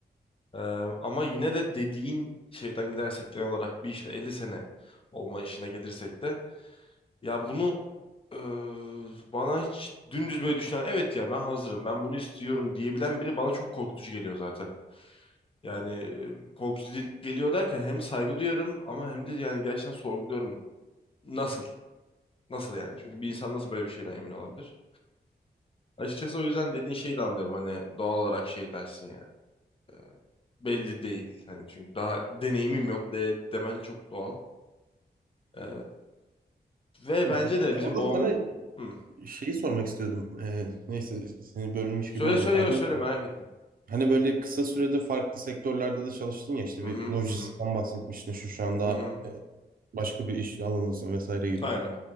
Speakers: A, on the left; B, on the right.
A: Em, ama yine de dediğin şeyden gidersek genel olarak bir işte 50 sene olma işine gelirsek de ya bunu e, bana hiç dümdüz böyle düşünen evet ya ben hazırım ben bunu istiyorum diyebilen biri bana çok korkutucu geliyor zaten. Yani e, korkutucu geliyor derken hem saygı duyarım ama hem de yani gerçekten sorguluyorum. Nasıl? Nasıl yani? Çünkü bir insan nasıl böyle bir şeyden emin olabilir? Açıkçası o yüzden dediğin şeyi de anlıyorum. Hani doğal olarak şey dersin yani. e, belli değil. Hani çünkü daha deneyimim yok de, demen çok doğal. E, ve
B: Hı
A: bence
B: hı.
A: de
B: Ya
A: bizim
B: orada
A: babam...
B: sana
A: Hı.
B: şeyi sormak istiyordum. Ee, neyse seni bölmüş
A: Söyle
B: gibi oldum
A: söyle
B: pardon.
A: söyle merak ettim.
B: Hani böyle kısa sürede farklı sektörlerde de çalıştın ya işte
A: Hı
B: bir
A: hı
B: lojistikten
A: hı hı.
B: bahsetmiştin şu şu anda
A: hı hı.
B: e, başka bir iş alanındasın vesaire gibi.
A: Aynen.